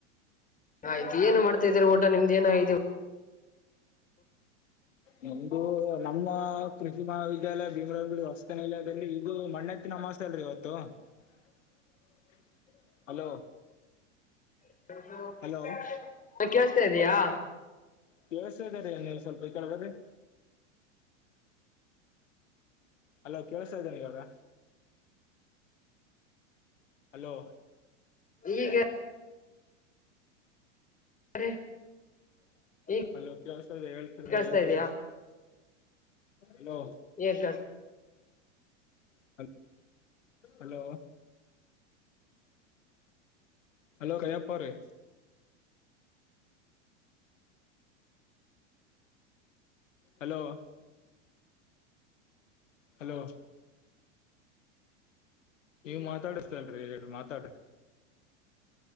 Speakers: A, on the left; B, on the left.
A: ಆಯ್ತ ಏನು ಮಾಡತಾ ಇದೀರಿ ಊಟ ನಿಮ್ದ್ಏನಗಿದೆ?
B: ನಮ್ದು ನಮ್ಮ ಕೃಷಿ ಮಹಾವಿದ್ಯಾಲಯ ಭೀಮರಂಗ ಹೊಸತನಲದಲ್ಲಿ ಈಗ ಮಣ್ಣೆತ್ತನ ಅಮಾಸೆ ಅಲ್ರಿ ಇವತ್ತು. <unintelligible> ಹಲೋ
A: <unintelligible>
B: ಹಲೋ
A: ಕೇಳಸ್ತಾ ಇದಯಾ?
B: ಕೇಳ್ಸ್ತಾ ಇದೆ ರೀ ನೀವು ಸ್ವಲ್ಪ ಈ ಕಡೆ ಬರ್ರಿ. ಅಲೋ ಕೇೇಳಸ್ತಾ ಇದೆ ಇವಾಗ ಹಲೋ
A: ಈಗ <unintelligible>
B: ಹಲೋ ಕೇಳ್ಸ್ತಾಇದೆ ಹೇಳ್ತಿರ
A: ಕೇಳಿಸ್ತಾ
B: ಹೇಗ್ರಿ
A: ಇದಯಾ
B: ಹಲೋ
A: <unintelligible>
B: <unintelligible> ಹಲೋ ಅಲೋ ಕರಿಯಪ್ಪ ಅವ್ರೆ ಹಲೋ ಹಲೋ ಏ ಮಾತಾಡಸ್ತಲ್ರರಿ ಹೇಳ್ ಮಾತಾಡ್ರಿ